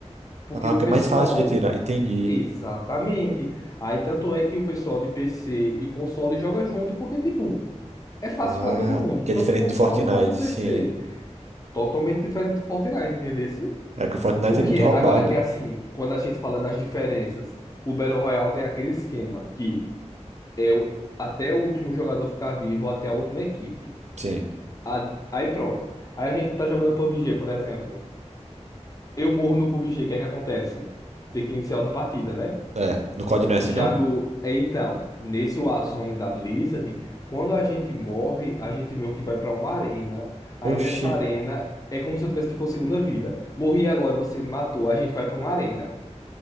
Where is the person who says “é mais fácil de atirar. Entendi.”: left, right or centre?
Right